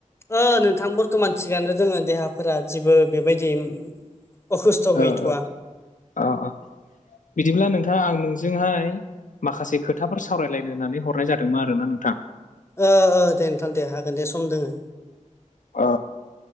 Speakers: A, on the left; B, on the left.
A: ओ नोंथां बरथमान थिगानो दोङो देहाफोरा जेबो बेबायदि अखुस्थ' गैथ'वा
B: ओ ओ अ अ बिदिब्ला नोंथां आं नोंजोंहाय माखासे खोथाफोर सावरायलायनो होननानै हरनाय जादोंमोन आरोना नोंथां
A: ओ ओ दे नोंथां दे हागोन दे सम दोङो
B: अ